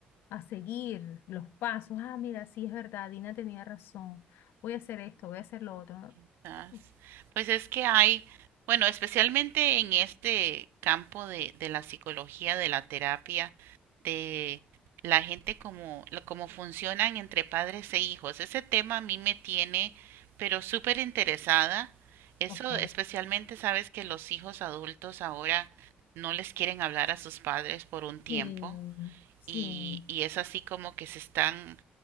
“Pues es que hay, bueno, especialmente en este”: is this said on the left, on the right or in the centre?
Right